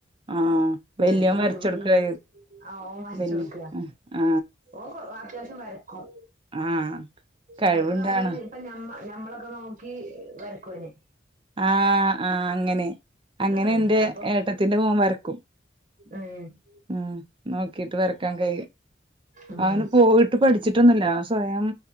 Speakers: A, on the right; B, on the right.
A: ആഹ് വല്യോൻ
B: ആ യൂട്യൂബ്ന്ന്
A: വരച്ച കൊടുക്ക
B: ആ ഓ വരച്ചൊട്ക്കാ
A: വല്യ ആഹ്
B: ഓൻ വ അത്യാവശ്യം വരക്കും
A: ആഹ് കഴിവുണ്ടാണ്
B: വരക്കുംന്നർഞ്ഞാല് ഇപ്പ ഞമ്മ ഞമ്മളൊക്കെ നോക്കി വരക്കും ഓന്
A: ആ ആ അങ്ങനെ അങ്ങനെ
B: ആഹ്
A: എന്റെ
B: അപ്പൊ
A: ഏട്ടത്തിന്റെ മോൻ വരക്കും.
B: ഉം
A: ഉം നോക്കിട്ട് വരക്കാൻ കഴിയും.
B: ഉം
A: അവന് പോയിട്ട് പഠിച്ചിട്ടൊന്നുല്ല സ്വയം